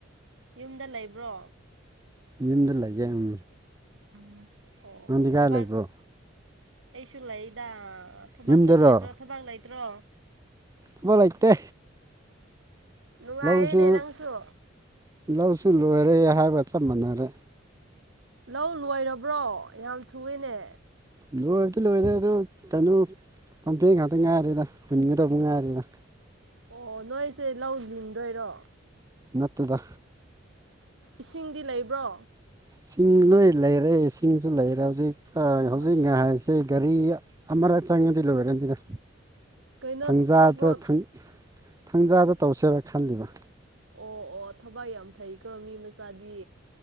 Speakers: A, on the right; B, on the right.
A: ꯌꯨꯝꯗ ꯂꯩꯕ꯭ꯔꯣ
B: ꯌꯨꯝꯗ ꯂꯩꯌꯦ ꯎꯝ
A: ꯎꯝ ꯑꯣ
B: ꯅꯪꯗꯤ ꯀꯥꯏ
A: ꯊꯕꯛ
B: ꯂꯩꯕ꯭ꯔꯣ
A: ꯑꯩꯁꯨ ꯂꯩꯗ ꯊꯕꯛ
B: ꯌꯨꯝꯗꯔꯣ
A: ꯆꯠꯂꯣꯏꯗ꯭ꯔꯣ ꯊꯕꯛ ꯂꯩꯇ꯭ꯔꯣ
B: ꯊꯕꯛ ꯂꯩꯇꯦ
A: ꯅꯨꯡꯉꯥꯏꯔꯤꯅꯦ
B: ꯂꯧꯁꯨ
A: ꯅꯪꯁꯨ
B: ꯂꯧꯁꯨ ꯂꯣꯏꯔꯦ ꯍꯥꯏꯕꯒ ꯆꯞ ꯃꯥꯟꯅꯔꯦ
A: ꯂꯧ ꯂꯣꯏꯔꯕ꯭ꯔꯣ ꯌꯥꯝ ꯊꯨꯑꯦꯅꯦ
B: ꯂꯣꯏꯕꯗꯤ ꯂꯣꯏꯔꯦ ꯑꯗꯨ ꯀꯩꯅꯣ <unintelligible> ꯉꯥꯛꯇ ꯉꯥꯏꯔꯦꯗ ꯍꯨꯟꯒꯗꯕ ꯉꯥꯏꯔꯤꯗ
A: ꯑꯣ ꯅꯣꯏꯁꯦ ꯂꯧ ꯂꯤꯡꯗꯣꯏꯔꯣ
B: ꯅꯠꯇꯦꯗ
A: ꯏꯁꯤꯡꯗꯤ ꯂꯩꯕ꯭ꯔꯣ
B: ꯁꯤꯡ ꯂꯣꯏ ꯂꯩꯔꯦ ꯏꯁꯤꯡꯁꯨ ꯂꯩꯔꯦ ꯍꯧꯖꯤꯛꯀ ꯍꯧꯖꯤꯛ
A: ꯑꯁ
B: ꯉꯥꯏ ꯁꯦ ꯒꯥꯔꯤ ꯑꯃꯔꯛ ꯆꯪꯉꯗꯤ ꯂꯣꯏꯔꯅꯤꯗ
A: ꯀꯩꯅꯣ
B: ꯊꯪꯖꯥꯗ
A: ꯊꯣꯛꯄ꯭ꯔꯣ
B: ꯊꯪ ꯊꯪꯖꯥꯗ ꯇꯧꯁꯦꯔꯥ ꯈꯜꯂꯤꯕ
A: ꯑꯣ ꯑꯣ ꯊꯕꯛ ꯌꯥꯝ ꯐꯩꯀꯣ ꯃꯤ ꯃꯆꯥꯗꯤ